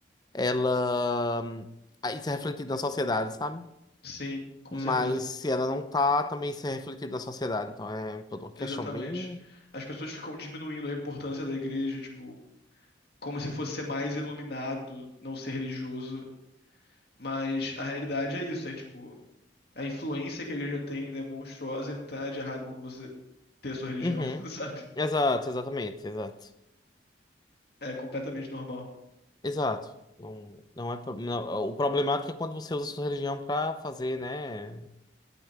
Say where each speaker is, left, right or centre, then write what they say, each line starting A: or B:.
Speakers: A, on the left; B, on the left.
A: ela. hum, aí Isso é refletido na sociedade, sabe?
B: Sim, com
A: Mas
B: certeza.
A: se ela não tá, também isso é refletido na sociedade. Então é toda uma
B: Exatamente.
A: questão bem.
B: As pessoas ficam diminuindo a importância da igreja, tipo, como se fosse ser mais iluminado, não ser religioso. Mas a realidade é isso, é tipo, a influência que a igreja tem é monstruosa e não tem nada de errado com você ter a sua religião,
A: Uhum.
B: <laughs> sabe?
A: Exato, exatamente, exato.
B: É completamente normal.
A: Exato. Não, não é, pro- não- o problemático é quando você usa a sua religião pra fazer, né?